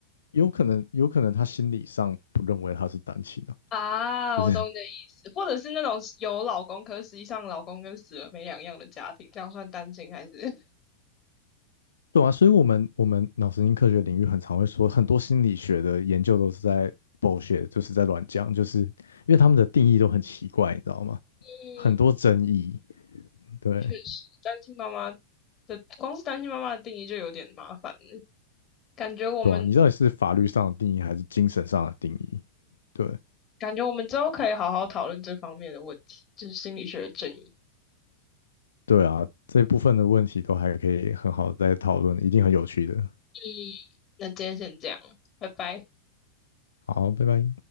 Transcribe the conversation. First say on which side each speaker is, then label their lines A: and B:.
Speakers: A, on the left; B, on the left.
A: 有可能有可能他心理上不认为他是单亲啊，
B: 啊，
A: 就是
B: 我懂你的意思，或者是那种有老公，可是实际上老公跟死了没两样的家庭，这样算单亲还是？<laughs>
A: 对啊。所以我们我们脑神经科学领域很常会说，很多心理学的研究都是在 bullshit，就是在乱讲，就是因为他们的定义都很奇怪，你知道吗？
B: 嗯，
A: 很多争议，对。
B: 确实，单亲妈妈的光是单亲妈妈的定义就有点麻烦了，感觉我们
A: 对啊，你到底是法律上的定义还是精神上的定义？对
B: 感觉我们之后可以好好讨论这方面的问题，就是心理学的争议。
A: 对啊，这部分的问题都还可以很好地再讨论，一定很有趣的。
B: 嗯，那今天先这样，拜拜。
A: 好，拜拜。